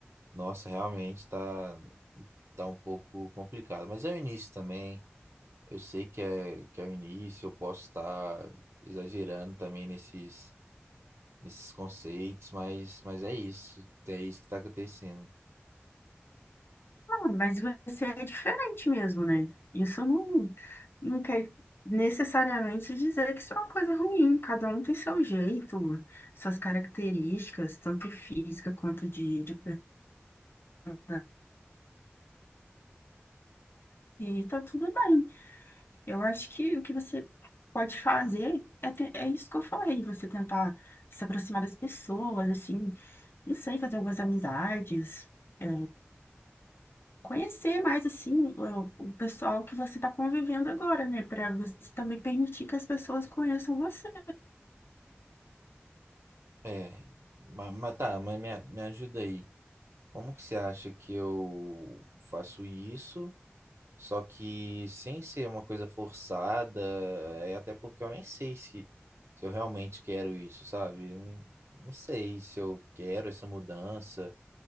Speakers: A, on the right; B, on the left.
A: nossa, realmente tá, tá um pouco complicado. Mas é o início também. Eu sei que é, que é o início, eu posso estar exagerando também nesses, nesses conceitos, mas, mas é isso, é isso que está acontecendo.
B: Ah, Mas você é diferente mesmo, né? Isso não, não quer necessariamente dizer que isso é uma coisa ruim. Cada um tem seu jeito, suas características, tanto física quanto de, de personalidade, e tá tudo bem. Eu acho que o que você pode fazer é, te- é isso que eu falei, você tentar se aproximar das pessoas, assim, não sei, fazer algumas amizades. é, conhecer mais assim o, o pessoal que você está convivendo agora, né? Para você também permitir que as pessoas conheçam você.
A: É, mas, mas tá, mas me, a- me ajuda aí. Como que você acha que eu faço isso, só que sem ser uma coisa forçada, é até porque eu nem sei se, se eu realmente quero isso, sabe? Não, não sei se eu quero essa mudança.